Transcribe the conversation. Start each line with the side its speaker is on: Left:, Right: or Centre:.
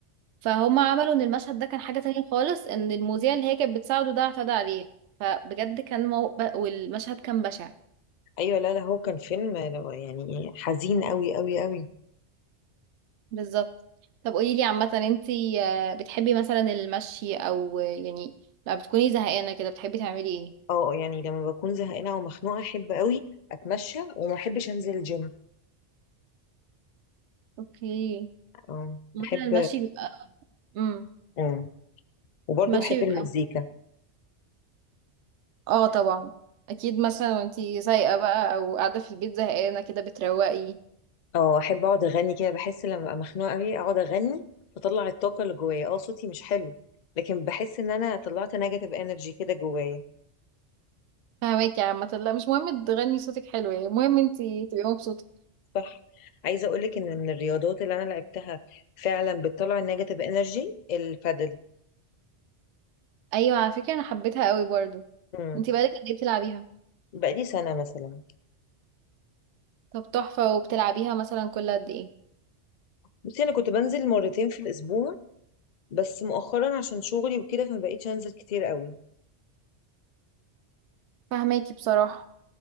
Right: فهم عملوا ان المشهد ده كان حاجة تانية خالص ان المذيع اللي هي كانت بتساعده ده اعتدى عليه فبجد كان مو... ب- والمشهد كان بشع
Left: ايوه لا لا هو كان فيلم لو- يعني حزين قوي قوي قوي
Right: بالظبط طب قولي لي عامة انتي آه، بتحبي مثلا المشي او آه، يعني لما بتكوني زهقانة كده بتحبي تعملي ايه
Left: اه يعني لما بكون زهقانة او مخنوقة احب قوي اتمشى وما احبش انزل الجيم
Right: اوكي
Left: اه
Right: مثلا
Left: احب
Right: المشي بيبقى امم
Left: اه وبرضه
Right: المشي
Left: بحب
Right: بيبقى
Left: المزيكا
Right: اه طبعا اكيد مثلا وانتي سايقة بقى او قاعدة في البيت زهقانة كده بتروقي
Left: اه احب اقعد اغني كده بحس لما ابقى مخنوقه قوي اقعد اغني بطلع الطاقه اللي جوايا اه صوتي مش حلو لكن بحس ان انا طلعت نيجاتيف انرجي كده جوايا
Right: فهماكي يا عامة لا مش مهم تغني صوتك حلو يعني المهم انتي تبقي مبسوطة
Left: صح عايزه اقول لك ان من الرياضات اللي انا لعبتها فعلا بتطلع النيجاتيف انرجي البادل
Right: ايوه على فكرة انا حبيتها قوي برضو
Left: امم
Right: انتي بقالك قد ايه بتلعبيها
Left: بقالي سنه مثلا
Right: طب تحفة وبتلعبيها مثلا كل قد ايه
Left: بصي انا كنت بنزل مرتين في الاسبوع بس مؤخرا عشان شغلي وكده فما بقيتش انزل كتير قوي
Right: فهماكي بصراحة